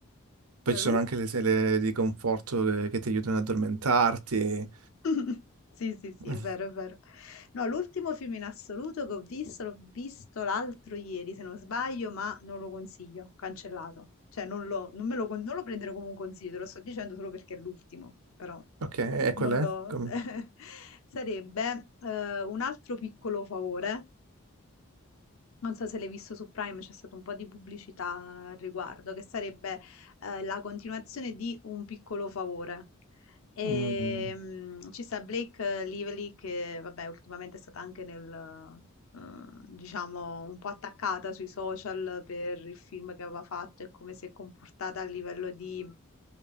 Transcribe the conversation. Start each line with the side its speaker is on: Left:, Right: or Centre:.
Left: No,
Right: poi ci
Left: l'ul-
Right: sono anche le serie di conforto eh, che ti aiutano ad addormentarti.
Left: <laughs> Sì, sì, sì,
Right: <laughs> Mm,
Left: è vero, è vero. No, l'ultimo film in assoluto che ho visto, l'ho visto l'altro ieri, se non sbaglio, ma non lo consiglio, cancellato. Cioè, non lo, non me lo, con- non lo prendere come un consiglio, te lo sto dicendo solo perché è l'ultimo, però mm,
Right: Ok, e quella
Left: non lo...
Right: è? Come-
Left: <laughs> Sarebbe eh, un altro piccolo favore, non so se l'hai visto su Prime, c'è stata un po' di pubblicità al riguardo, che sarebbe eh, la continuazione di Un piccolo favore. E
Right: Mm,
Left: mm, ci sta Blake Lively che, vabbè, ultimamente è stata anche nel, eh, diciamo, un po' attaccata sui social per il film che aveva fatto e come si è comportata a livello di